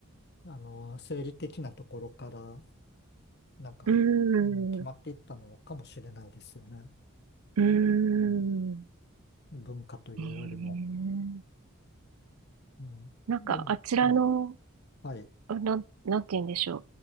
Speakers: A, on the left (about 50°); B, on the right (about 85°).
A: あの、生理的なところから、なんか、
B: うーん。
A: うん決まっていったのかもしれないですよね。
B: うーん。
A: うん文化というよりも。
B: ええ
A: うん、
B: なんか、
A: まあ、
B: あちらの、
A: はい、はい、
B: あなん、なんて言うんでしょ